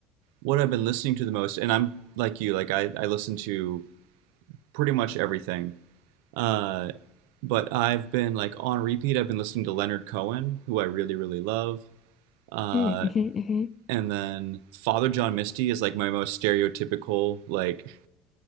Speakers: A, on the right (about 85°); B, on the left (about 25°).
A: what I've been listening to the most and I'm like you, like I, I listen to pretty much everything. Uh but I've been like on repeat I've been listening to Leonard Cohen, who I really, really love. Uh
B: Mm, mhm, mhm.
A: and then Father John Misty is like my most stereotypical like